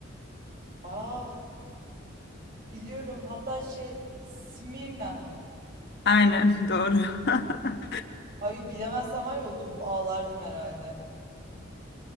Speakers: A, on the right; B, on the left.
A: Aa biliyorum hatta şey Smirna.
B: Aynen <laughs> doğru. <laughs>
A: Ay bilemezsem var ya oturup ağlardım herhalde.